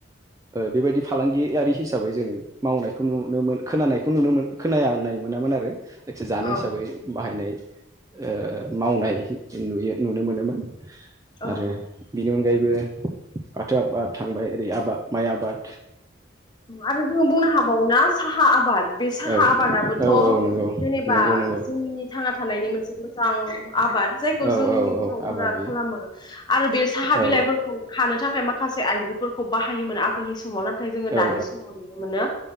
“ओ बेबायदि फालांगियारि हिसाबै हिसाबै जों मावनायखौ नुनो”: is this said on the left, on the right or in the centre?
Right